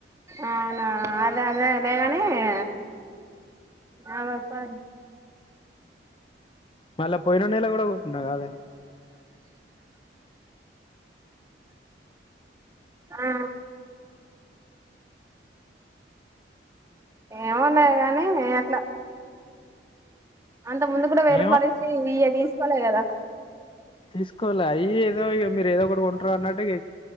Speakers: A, on the right; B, on the left.
A: అవునా అదే అదే లే గాని ఏ అవర్ పాడు
B: మళ్ళా పోయిన నేల గూడా కొట్టిన్నా గాదే
A: ఆ ఏమో లేదు కానీ అట్ల అంత ముందు కూడా వెయ్యి రూపాయలు
B: ఏమో
A: ఇచ్చి ఇయ్యె తీసుకోలే కదా
B: తీసుకోలే అయ్ ఏదో ఇగ మీరు ఏదో కొంట్రు అన్నట్టు ఇగ